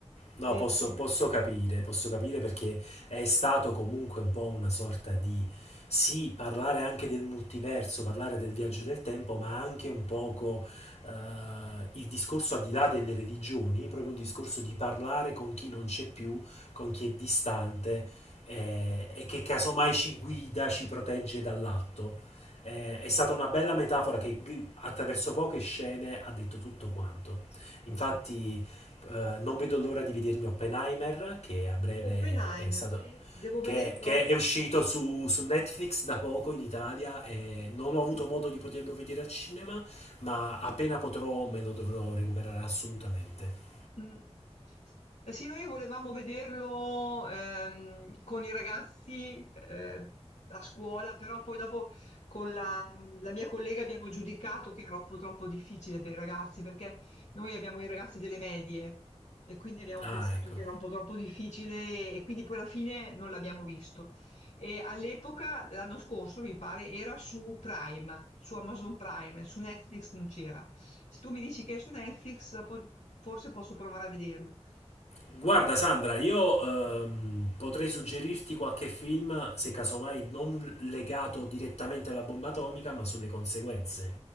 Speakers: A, on the left; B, on the left.
A: No,
B: E-
A: posso, posso capire, posso capire perché è stato comunque un po' una sorta di, sì, parlare anche del multiverso, parlare del viaggio del tempo, ma anche un poco eh, il discorso al di là delle religioni, proprio un discorso di parlare con chi non c'è più, con chi è distante eh, e che casomai ci guida, ci protegge dall'atto. Eh, è stata una bella metafora che g- attraverso poche scene ha detto tutto quanto. Infatti,
B: esatto.
A: eh, non vedo l'ora di vedermi Oppenheimer, che a breve
B: Oppenheimer,
A: è stato...
B: sì, devo vederlo.
A: Che, che è uscito su, su Netflix da poco in Italia e non ho avuto modo di poterlo vedere al cinema, ma appena potrò me lo dovrò recuperare assolutamente.
B: Mh. Eh sì, noi volevamo vederlo, ehm, con i ragazzi, ehm, a scuola, però poi dopo con la la mia collega abbiamo giudicato che era troppo troppo difficile per i ragazzi, perché noi abbiamo i ragazzi delle medie e quindi abbiamo
A: Ah,
B: pensato
A: ecco.
B: che era un po' troppo difficile e quindi poi alla fine non l'abbiamo visto. E all'epoca, l'anno scorso mi pare, era su Prime, su Amazon Prime, su Netflix non c'era. Se tu mi dici che è su Netflix, dopo forse posso provare a vederlo.
A: Guarda
B: Eh,
A: Sandra, io ehm, potrei suggerirti qualche film, se casomai non legato direttamente alla bomba atomica, ma sulle conseguenze.